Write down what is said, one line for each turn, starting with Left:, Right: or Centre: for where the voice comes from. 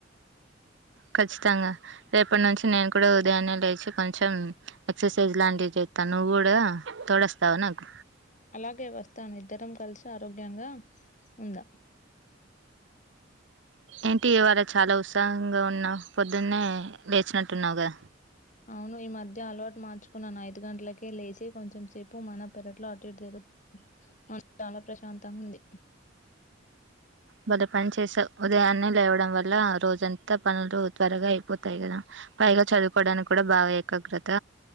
Right: ఖచ్చితంగా రేపటి నుంచి నేను కూడా ఉదయాన్నే లేచి కొంచెం ఎక్సర్సైజ్ లాంటివి చేస్తాను నువ్వు కూడా తోడస్తావు నాకు
Left: అలాగే వస్తాను ఇద్దరం కలిసి ఆరోగ్యంగా ఉందాం
Right: ఏంటి ఇవాళ చాలా ఉత్సాహంగా ఉన్నావ్ పొద్దున్నే లేచినట్టున్నావు కదా
Left: అవును ఈ మధ్య అలవాటు మార్చుకున్నాను ఐదు గంటలకే లేచి కొంచెం సేపు మన పెరట్లో అటుఇటు తిరు మనసు చాలా ప్రశాంతంగా ఉంది
Right: బలే పని చేసావ్ ఉదయాన్న లేవడం వల్ల రోజంతా పనులు త్వరగా అయిపోతాయి కదా పైగా చదువుకోవడానికి కూడా బాగా ఏకాగ్రత